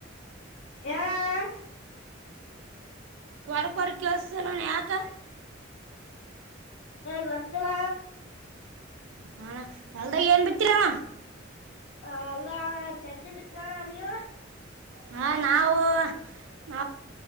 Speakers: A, on the left; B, on the right.
A: ಾವ
B: ಕೊರ ಕೊರಕೋತಲ್ಲ ಯಕ
A: ಹ ಗೊತ್ತಲ್ಲ
B: ಹಣ ಎಲ್ದಾಗ ಏನ್ ಬಿತೀರಾ
A: ಹ ಅಲ್ದಾ ಚಜ್ಜಿ ಬಿತವಾರ ನೀವು
B: ಹಾ ನಾವು ನ